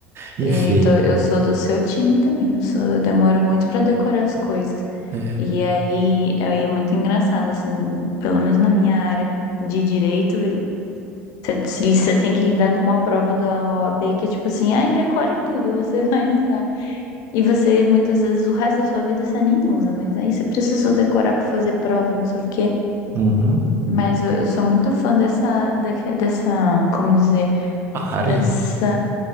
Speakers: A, on the right; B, on the left.
A: Enfim.
B: E tô- eu sou do seu time também. Eu sou- eu demoro muito pra decorar as coisas.
A: é,
B: E aí, aí é muito engraçado, assim, pelo menos na minha área de direito, você tem que lidar com uma prova da OAB que é tipo assim, ai, decore tudo, você <laughs> vai usar. E você, muitas vezes, o resto da sua vida você nem usa, mas aí você precisou decorar pra fazer prova, não sei o quê.
A: uhum.
B: Mas eu, eu sou muito fã dessa, daque- dessa, como dizer,
A: A área?
B: dessa